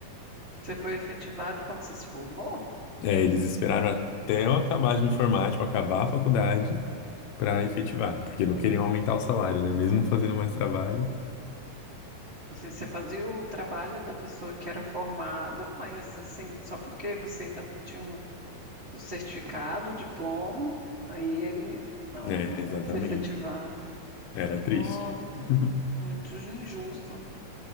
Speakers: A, on the right; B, on the left.
A: Você foi efetivado quando você se formou?
B: É, eles esperaram até eu acabar de me formar, tipo, acabar a faculdade. para efetivar, porque não queriam aumentar o salário, né? Mesmo fazendo mais trabalho.
A: Assim, você fazia o trabalho da pessoa que era formada, mas assim, só porque você ainda não tinha um o certificado, o diploma, aí eles não,
B: É,
A: não
B: exatamente.
A: te efetivaram.
B: Era triste.
A: Nossa,
B: <laughs>
A: muito injusto.